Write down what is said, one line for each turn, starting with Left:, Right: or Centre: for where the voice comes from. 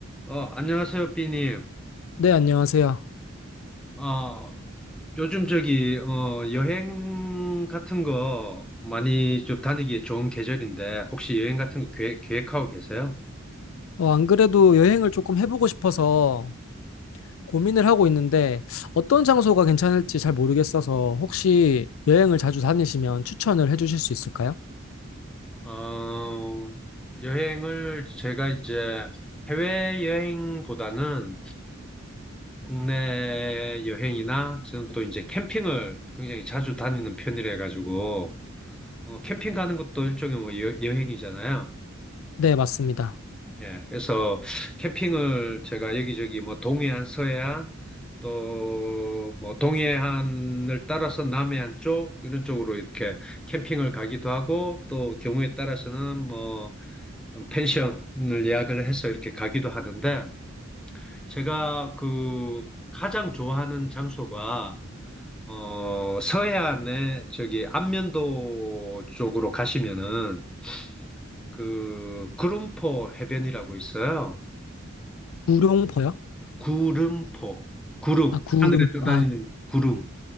Centre: 어, 안녕하세요, 삐님.
Left: 네, 안녕하세요.
Centre: 어, 요즘 저기, 어, 여행 같은 거 많이 좀 다니기 에 좋은 계절인데, 혹시 여행 같은 거 계획, 계획하고 계세요?
Left: 어, 안 그래도 여행을 조금 해보고 싶어서 고민을 하고 있는데 어떤 장소가 괜찮을지 잘 모르겠어서 혹시 여행을 자주 다니시면 추천을 해주실 수 있을까요?
Centre: 어, 여행을 제가 이제 해외여행보다는 국내 여행이나 저는 또 이제 캠핑을 굉장히 자주 다니는 편이라 가지고, 어, 캠핑 가는 것도 일종의 뭐 여, 여행이잖아요.
Left: 네, 맞습니다.
Centre: 예, 그래서 캠핑을 제가 여기저기 뭐 동해안, 서해안 또 뭐 동해안을 따라서 남해안 쪽 이런 쪽으로 이렇게 캠핑을 가기도 하고 또 경우에 따라서는 뭐 펜션을 예약을 해서 이렇게 가기도 하는데 제가 그 가장 좋아하는 장소가 어 서해안에 저기 안면도 쪽으로 가시면은 그 구름포 해변이라고 있어요.
Left: 구룡포요?
Centre: 구름포. 구름.
Left: 아, 구름,
Centre: 하늘에 떠다니는
Left: 아,
Centre: 구름.